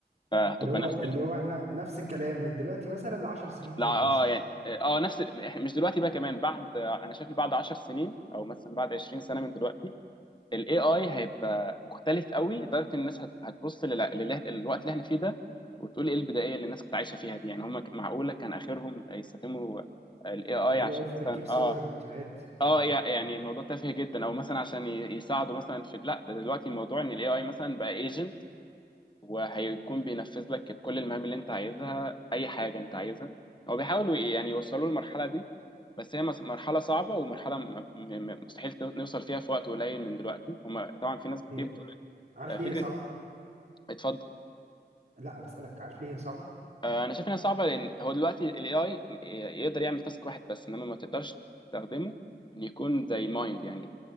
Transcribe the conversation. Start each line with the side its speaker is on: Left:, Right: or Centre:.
Left: فهتبقى
Right: اللي هو
Left: نفس
Right: اللي
Left: ال-
Right: هو احنا نفس الكلام من دلوقتي مثلا ل 10 سنين فاتوا
Left: لا اه
Right: مثلا
Left: يعني اه نفس ال- مش دلوقتي بقى كمان بعد انا شايف إن بعد 10 سنين او مثلا بعد 20 سنة من دلوقتي ال AI هيبقى مختلف قوي لدرجة ان الناس هت- هتبص للع- للع- للوقت اللي احنا فيه ده وتقول ايه البدائية اللي الناس كانت عايشة فيها دي يعني هم ك- معقولة كان اخرهم يستخدموا ال AI
Right: الاي
Left: عشان
Right: اي في
Left: مثلا
Right: تركيب صور
Left: اه
Right: فيديوهات اه
Left: اه يع- يعني الموضوع تافه جدا او مثلا عشان ي- يساعدوا مثلا في لا ده دلوقتي الموضوع ان ال AI مثلا بقى ايجنت وهيكون بينفذ لك كل المهام اللي انت عايزها اي حاجة انت عايزها هو بيحاولوا ي- يعني يوصلوا للمرحلة دي بس هي مس- مرحلة صعبة ومرحلة م- م- م- مستحيل تو- نوصل فيها في وقت قليل من دلوقتي هما طبعا في ناس كتير
Right: هي عارف
Left: آه، فكره
Right: ليه هي صعبه
Left: اتفضل
Right: لا بسالك عارف ليه هي صعبه
Left: آه، انا شايف انها صعبه لان هو دلوقتي الاي اي يقدر يعمل تاسك واحد بس انما ما تقدرش تستخدمه ان يكون زي مايند يعني